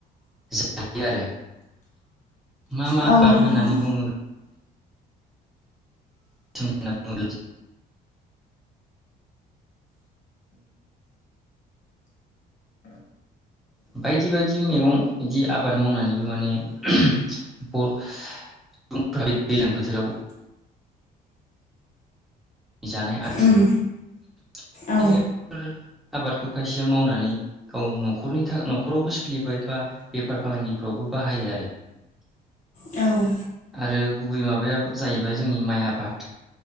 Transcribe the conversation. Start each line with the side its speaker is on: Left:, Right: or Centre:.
Centre: जायो आरो। मा मा
Left: औ
Centre: आबाद
Left: नोंथां
Centre: होननानै बुङोब्ला। <unintelligible> बायदि बायदि मैगं बिदि आबाद मावनानैबो माने बर' सुबुंफोरा बे दैज्लां बोथोराव नि जानाय आ
Left: उम
Centre: <unintelligible>
Left: औ
Centre: बिदिनो आबादखौ खायसेया मावनानै गाव न'खरनि न'खरावबो सोलिबाय बा बेफार फालांगिफ्रावबो बाहायो आरो।
Left: औ
Centre: आरो गुबै माबाया जाहैबाय जोंनि माइ आबाद